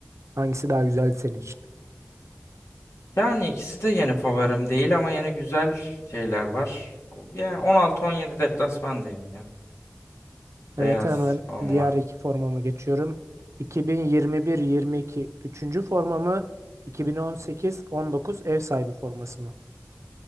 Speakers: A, on the right; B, on the left.
A: Hangisi daha güzeldi senin için?
B: Yani ikisi de yeni favorim değil ama yeni güzel şeyler var. Yani 16-17 deplasman diyeyim ya.
A: Evet
B: Beyaz
A: hemen
B: forma.
A: diğer iki formama geçiyorum. 2021-22 üçüncü forma mı? 2018-19 ev sahibi forması mı?